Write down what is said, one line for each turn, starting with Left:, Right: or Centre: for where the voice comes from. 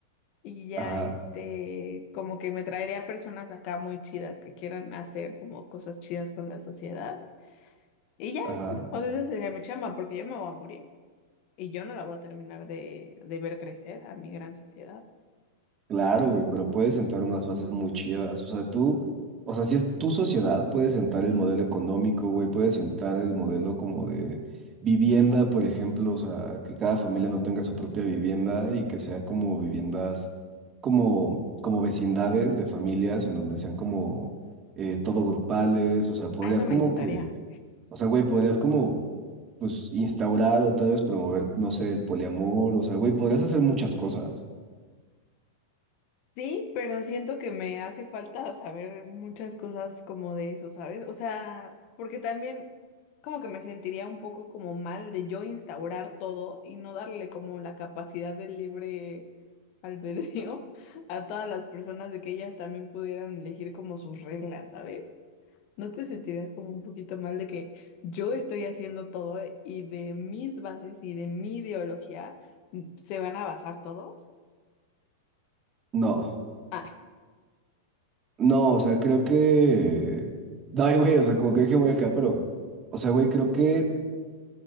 Left: Y ya,
Right: Ajá,
Left: este, como que me traería personas acá muy chidas que quieran hacer como cosas chidas con la sociedad. Y ya,
Right: ajá.
Left: o sea, esa sería mi chamba, porque yo me voy a morir. Y yo no la voy a terminar de, de ver crecer a mi gran sociedad.
Right: Claro, güey, pero puedes sentar unas bases muy chidas. O sea, tú, o sea, si es tu sociedad, puedes sentar el modelo económico, güey, puedes sentar el modelo como de vivienda, por ejemplo, o sea, que cada familia no tenga su propia vivienda y que sea como viviendas, como, como vecindades de familias en donde sean como eh, todo grupales, o sea, podrías
Left: A eso
Right: como
Left: me encantaría.
Right: que, o sea, güey, podrías como, pues, instaurar o tal vez promover, no sé, el poliamor, o sea, güey, podrías hacer muchas cosas.
Left: Sí, pero siento que me hace falta saber muchas cosas como de eso, ¿sabes? O sea, porque también como que me sentiría un poco como mal de yo instaurar todo y no darle como la capacidad del libre albedrío <laughs> a todas las personas de que ellas también pudieran elegir como sus reglas, ¿sabes? ¿No te sentirías como un poquito mal de que yo estoy haciendo todo y de mis bases y de mi ideología mm, se van a basar todos?
Right: No.
Left: Ah,
Right: No, o sea, creo que... No, ay, güey, o sea, como que dije muy acá, pero... O sea, güey, creo que